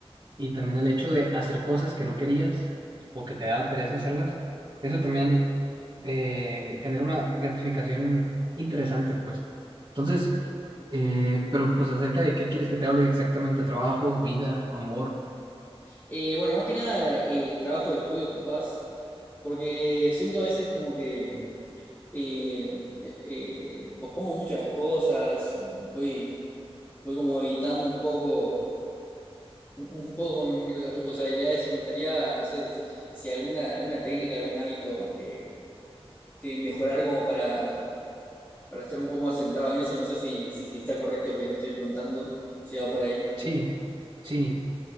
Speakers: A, on the right; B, on the left.
A: Y también el hecho de hacer cosas que no querías o que te daba pereza hacerlas, eso también eh, genera una gratificación interesante, pues. Entonces, eh, pero pues acerca de qué quieres que te hable exactamente, trabajo, vida, amor.
B: Eh, bueno, más que nada, eh, trabajo y estudios, capaz, porque siento a veces como que eh, eh, pospongo mucho las cosas, voy, voy como evitando un poco, un, un poco las responsabilidades y me gustaría, no sé, si alguna, alguna técnica, algún hábito que, que mejorar como para, para estar un poco más centrado en eso, no sé si, si, si está correcto lo que te estoy preguntando, si va por ahí.
A: Sí, sí,